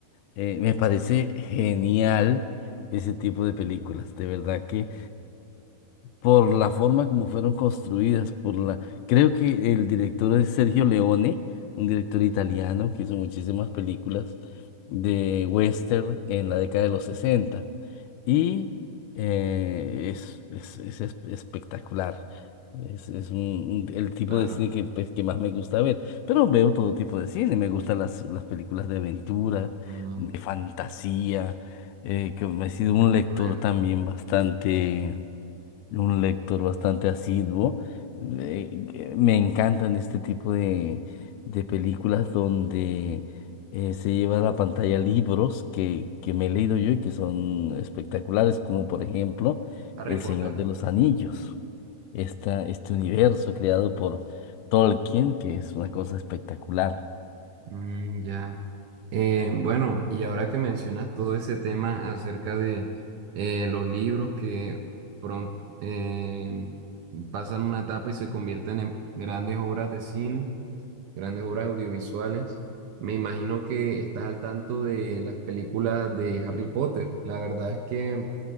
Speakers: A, on the left; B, on the right.
A: Eh, me parece genial ese tipo de películas, de verdad que por la forma como fueron construidas, por la... Creo que el director es Sergio Leone, un director italiano que hizo muchísimas películas de western en la década de los sesenta y eh, es, es, es es- espectacular. Es, es un- un- el tipo
B: claro.
A: de cine que, pues, que más me gusta ver, pero veo todo tipo de cine, me gustan las, las películas de aventura,
B: Mm,
A: de fantasía, eh, que me he sido un lector
B: a ver,
A: también bastante un lector bastante asiduo. eh, que me encantan este tipo de, de películas donde eh, se lleva a la pantalla libros que, que me he leído yo y que son espectaculares, como por ejemplo
B: Harry
A: El
B: Potter.
A: Señor de los Anillos, esta, este universo creado por Tolkien, que es una cosa espectacular.
B: Mm, ya. Eh, bueno, y ahora que mencionas todo ese tema acerca de eh, los libros que pron- eh, pasan una etapa y se convierten en grandes obras de cine, grandes obras audiovisuales, me imagino que estás al tanto de las películas de Harry Potter. La verdad es que